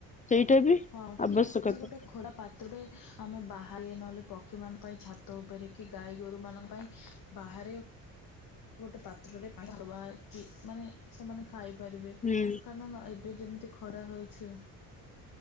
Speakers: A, on the left (about 20°); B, on the left (about 65°).
A: ସେଇଟା ବି
B: ହଁ କି
A: ଆବଶ୍ୟକତା
B: ଆ କିଛି ଗୋଟେ ଖୋରା ପାତ୍ରରେ ଆମେ ବାହାରେ ନହେଲେ ପ କ୍ଷୀମାନଙ୍କ ପାଇଁ ଛାତ ଉପରେ କି ଗାଈ ଗୋରୁମାନଙ୍କ ପାଇଁ ବାହାରେ ଗୋଟେ ପାତ୍ରରେ ପା ହବା କି ମାନେ ସେମାନେ ଖାଇ ପାରିବେ
A: ହୁଁ
B: କାରଣ ଏବେ ଯେମିତି ଖରା ହେଉଛି।